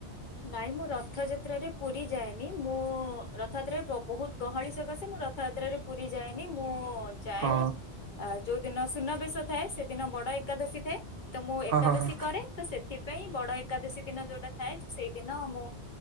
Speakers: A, on the left (about 55°); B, on the right (about 60°).
A: ନାଇଁ ମୁଁ ରଥଯାତ୍ରାରେ ପୁରୀ ଯାଏନି। ମୁଁ ରଥଯାତ୍ରାରେ ପ୍ର ବହୁତ ଗହଳି ସକାଶେ ମୁଁ ର ରଥଯାତ୍ରାରେ ପୁରୀ ଯାଏନି ମୁଁ ଯାଏ
B: ହଁ
A: ଆ ଯୋଉ ଦିନ ସୁନାବେଶ ଥାଏ ସେଦିନ ବଡ ଏକାଦଶୀ ଥାଏ, ତ ମୁଁ ଏକାଦଶୀ
B: ହଁ ହଁ ହଁ
A: କରେ। ତ ସେଥିପାଇଁ ବଡ ଏକାଦଶୀ ଦିନ ଯୋଉଟା ଥାଏ ଯୋଉ ସେଇ ଦିନ ମୁଁ